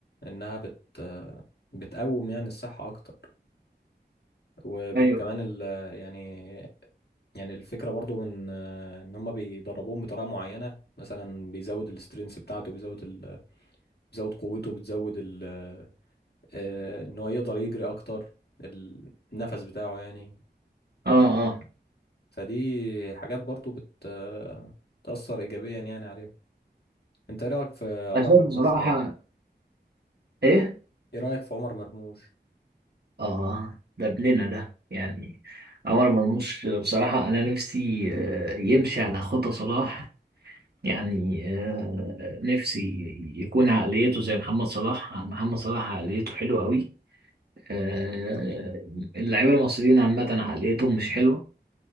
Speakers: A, on the left; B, on the right.
A: إنها بت بتقوم يعني الصحة أكتر وكمان
B: ايوه
A: ال يعني يعني الفكرة برضو من آه، إن هما بيدربوهم بطريقة معينة مثلا بيزود السترينث بتاعته بيزود ال... بيزود قوته بتزود ال... آه، إن هو يقدر يجري أكتر النفس بتاعه يعني
B: اه اه
A: فدي حاجات برضو بت آه، تأثر إيجابيا يعني عليهم أنت إيه رأيك في عمر
B: انا شايف
A: مرموش
B: بصراحة
A: طيب؟
B: ايه
A: إيه رأيك في عمر مرموش؟
B: اه دبلنا ده يعني عمر مرموش بصراحة انا نفسي آه، يمشي على خطى صلاح يعني آه، نفسي يكون عقليته زي محمد صلاح محمد صلاح عقليته حلوة قوي آه، اللعيبة المصريين عامة عقليتهم مش حلوة